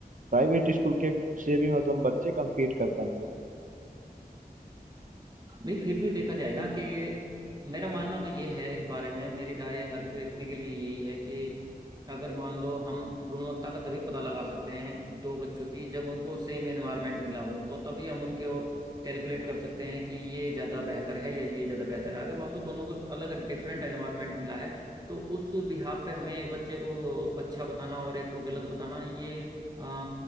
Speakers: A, on the right; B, on the right.
A: प्राइवेट स्कूल के से भी मतलब बच्चे कम्पीट कर पाएंगे
B: नहीं फिर भी देखा जाए ना कि मेरा मानना तो ये है इस बारे में मेरी राय हर व्यक्ति के लिए यही है कि अगर मान लो हम गुणवत्ता का तभी पता लगा सकते हैं दो बच्चों की जब उनको सेम एनवायरनमेंट मिला हो तो तभी हम उनके कैलकुलेट कर सकते हैं कि ये ज़्यादा बेहतर है या ये ज़्यादा बेहतर है अगर मान लो दोनों को अलग डिफरेंट एनवायरनमेंट मिला है तो उस बिहाफ पे हमें एक बच्चे को अच्छा बताना और एक को गलत बताना ये अ,